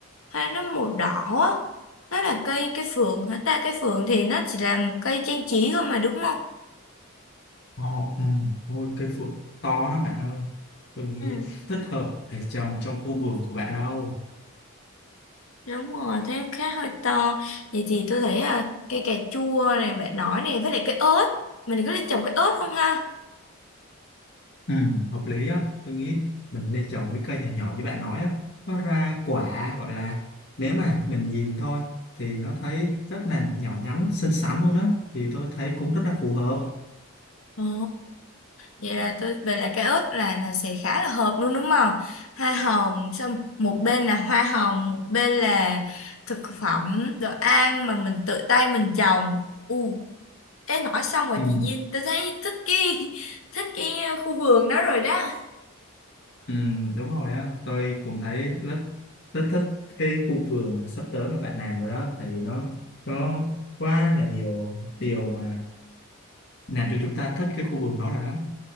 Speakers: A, on the left; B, on the left.
A: hoa nó màu đỏ á nó là cây cây phượng hả ta cây phượng thì nó chỉ là một cây trang trí thôi mà đúng không
B: Ồ, ừ, ôi cây phượng to lắm bạn ơi. Tôi nghĩ
A: Ừ.
B: thích hợp để trồng trong khu vườn của bạn đâu.
A: đúng rồi thế khá hơi to vậy thì tôi thấy là cây cà chua này bạn nói này với lại cây ớt mình có nên trồng cây ớt không ha
B: Ừ, hợp lý á. Tôi nghĩ mình nên trồng mấy cây nhỏ nhỏ như bạn nói á. Nó ra quả gọi là nếu mà mình nhìn thôi thì nó thấy rất là nhỏ nhắn, xinh xắn luôn á. Thì tôi thấy cũng rất là phù hợp.
A: ồ vậy là tôi về là cái ớt là là sẽ khá là hợp luôn đúng không hoa hồng xong một bên là hoa hồng một bên là thực phẩm đồ ăn mà mình tự tay mình trồng Ừ, Ê nói xong rồi
B: Ừ,
A: chị Nhiên tôi thấy thích cái <laughs> thích cái ờ, khu vườn đó rồi đó
B: ừ, đúng rồi á. Tôi cũng thấy rất, rất thích cái khu vườn mà sắp tới mà bạn làm rồi đó. Tại vì nó có quá là nhiều điều mà làm cho chúng ta thích cái khu vườn đó rồi đó